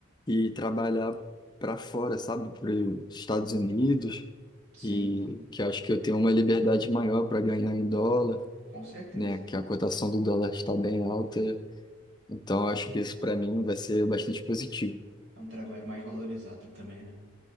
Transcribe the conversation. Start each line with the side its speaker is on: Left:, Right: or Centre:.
Left: e trabalhar para fora, sabe? Para os Estados Unidos,
Right: Sim,
Left: e
Right: sim,
Left: que eu acho que eu tenho uma liberdade maior para ganhar em dólar,
Right: com certeza.
Left: né? Que a cotação do dólar está bem alta. Então, eu acho que isso para mim vai ser bastante positivo.
Right: É um trabalho mais valorizado também, né?